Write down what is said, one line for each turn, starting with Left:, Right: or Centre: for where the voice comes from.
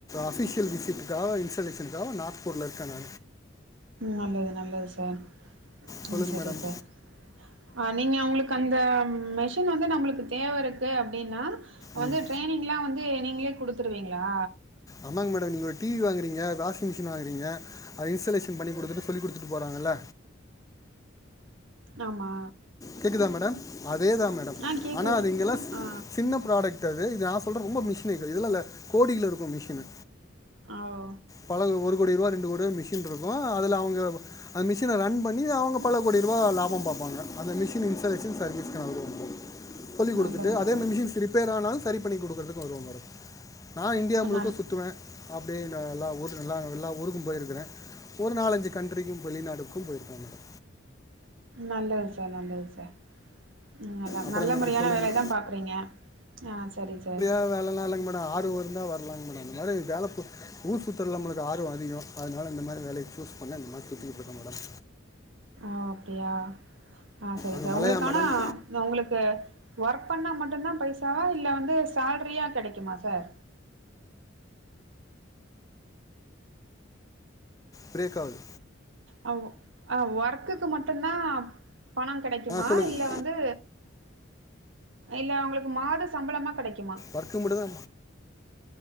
Left: ஆஃபிஷியல் விசிட்டுக்காக இன்ஸ்டலேஷனுக்காக நாக்பூரில் இருக்கே நா
Right: நல்லது நல்லது சார்
Left: சொல்லுங்கள்
Right: ம் செரி
Left: மேடம்
Right: சார் அ நீங்க உங்களுக்கு அந்த மெஷின் வந்து நம்மளுக்கு தேவ இருக்கு அப்டின்னா
Left: ம்
Right: வந்து ட்ரரைனிங்லா வந்து நீங்களே கொடுத்துருவீங்களா
Left: ஆமாங்க மேடம் நீங்க ஒரு டிவி வாங்குறீங்க வாஷிங் மிஷின் வாங்குறீங்க அது இன்ஸ்டலேஷன் பண்ணி கொடுத்துட்டு சொல்லிகொடுத்துட்டு போறாங்கல்ல
Right: ஆமா
Left: கேக்குதா மேடம் அதேதா மேடம்
Right: ஆ கேக்குது
Left: ஆனா அது
Right: ஸ்
Left: இங்க
Right: ஆ
Left: சின்ன ப்ராடக்ட் இது நா சொல்றே ரொம்ப மிஷின இதுல இ கோடில இருக்கு மிஷின்னு
Right: ஆ ஓ
Left: பல ஒரு கோடி ரூபா ரெண்டு கோடி ரூபா மிஷின்ருக்கு அதுல அவுங்க அந்த மிஷின ரன் பண்ணி அவுங்க பல கோடி ரூபா லாபோ பாப்பாங்க அந்த மிஷின் இன்ஸ்டலேஷன் சர்வீஸ்கு நா வருவ ப்ரோ சொல்லிகுடுத்துட்டு
Right: நல்லது
Left: அதே
Right: நல்லது
Left: மாரி மிஷின்ஸ் ரிப்பேர் ஆனாலு சரி பண்ணி குடுக்கறதுக்கு வருவ ப்ரோ நா இந்தியா முழுக்க
Right: நல்
Left: சுத்துவே அப்டியே நா நல்லா ஓட்டு நல்லா எல்லா ஊருக்கு போயிருக்கிறே ஒரு நாலஞ்சு கண்ட்ரிக்கு வெளிநாடுக்கும் போயிருக்க மேடம்
Right: நல்லது சார் நல்லது சார் ம் எல்லா
Left: அப்புறங்க
Right: நல்ல
Left: மேடம்
Right: முறையான
Left: சொல்லுங்கள்
Right: வேலைய தா பாக்குறீங்க ஆ செரி சார்
Left: நல்ல வேலலா இல்லிங்க மேடம் ஆரு இ ருந்தா வரலாங் மேடம் அந்த மாரி வேல ஊர் சுத்துறல நம்மளுக்கு ஆர்வோ அதிகோ அதனால இந்த மாரி வேலய சூஸ் பண்ணே இந்த மாரி சுத்திக்கிட்ருக்க மேடம்
Right: ஓ அப்டியா ஆ செரி
Left: அங்கே
Right: சார்
Left: மலையா
Right: உங்களுக்கானா
Left: மேடம்
Right: இல்ல உங்களுக்கு ஒர்க் பண்ணா மட்டுந்தா பைசாவா இல்ல வந்து சேல்ரியா கெடைக்குமா சார்
Left: பிரேக்காவ்து
Right: அ வொ அ ஒர்க்குக்கு மட்டுந் தா பணங் கெடைக்குமா
Left: ஆ சொல்லுங்கள்
Right: இல்ல வந் து இல்ல உங்களுக்கு மாத சம்பளமா கெடைக்குமா
Left: ஒர்க்கு மட்டு தா